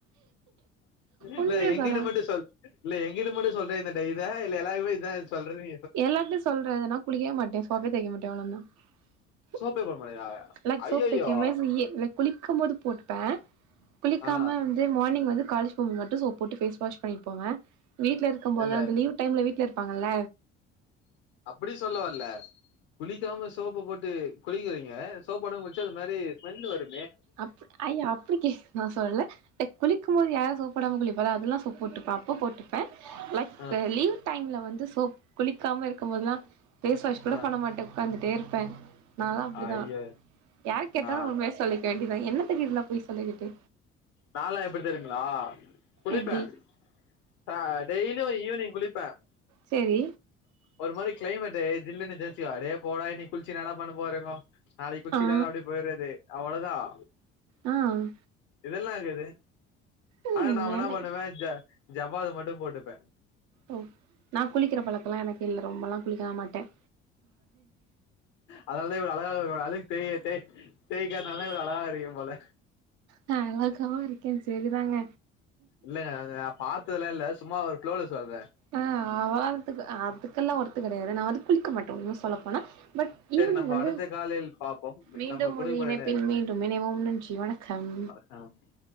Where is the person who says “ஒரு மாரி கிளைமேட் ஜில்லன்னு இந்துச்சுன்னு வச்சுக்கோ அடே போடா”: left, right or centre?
Left